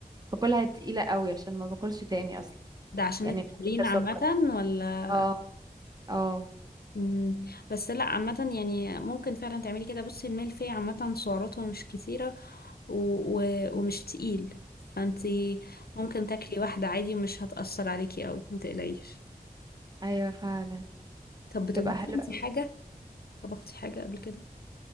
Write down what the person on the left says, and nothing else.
ده عشان
التمرين
عامة ولا
مم. بس لا عامة يعني ممكن فعلا تعملي كده بصي الملفي عامة سعراته مش كتيرة و... و... ومش تقيل فانتي ممكن تاكلي واحدة عادي ومش هتأثر عليكي قوي ما تقلقيش
طب بتطبخي
انتي حاجة طبختي حاجة قبل كده